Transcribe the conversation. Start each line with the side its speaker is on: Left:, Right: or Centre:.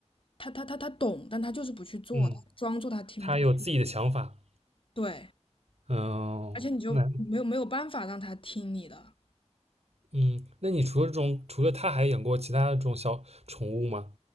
Left: 它它它它懂，但它就是不去做，
Right: 嗯，
Left: 装作它听不懂。
Right: 它有自己的想法。
Left: 对，
Right: 嗯，
Left: 而且你就没有没有办法让它听你的。
Right: 那嗯，那你除了这种，除了它还养过其他的这种小宠物吗？